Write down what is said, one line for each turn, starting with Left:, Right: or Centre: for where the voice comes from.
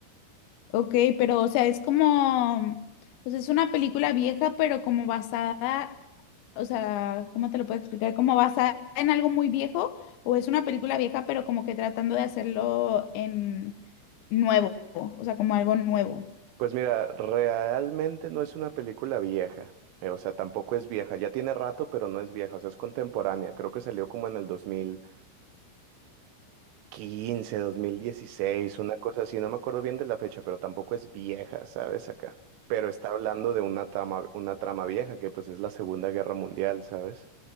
Left: ok, pero, o sea, es como, pues es una película vieja, pero como basada, o sea, ¿cómo te lo puedo explicar? ¿Como basada en algo muy viejo? ¿O es una película vieja, pero como que tratando de hacerlo en nuevo? O sea, como algo nuevo.
Right: Pues mira, realmente no es una película vieja, eh, o sea, tampoco es vieja, ya tiene rato, pero no es vieja, o sea, es contemporánea, creo que salió como en el dos dos mil quince dos mil dieciséis una cosa así, no me acuerdo bien de la fecha, pero tampoco es vieja, ¿sabes? Acá. Pero está hablando de una trama, una trama vieja, que pues es la Segunda Guerra Mundial, ¿sabes?